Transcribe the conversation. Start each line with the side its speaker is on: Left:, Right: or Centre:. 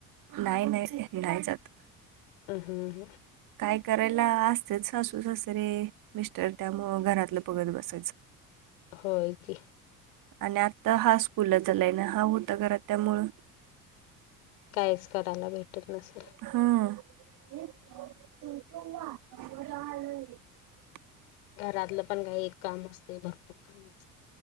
Right: नाही नाही नाही नाही जात
Left: ह हां हां
Right: काय करायला असतेत सासू सासरे मिस्टर त्यामुळं घरातलं बघत बसायचं
Left: होय की
Right: आणि आता हा स्कूलचलाय ना हा होता घरा त्यामुळं
Left: कायच करायला भेटत नसेल
Right: हा
Left: घरातलं पण काही एक काम असते भरपूर काम असते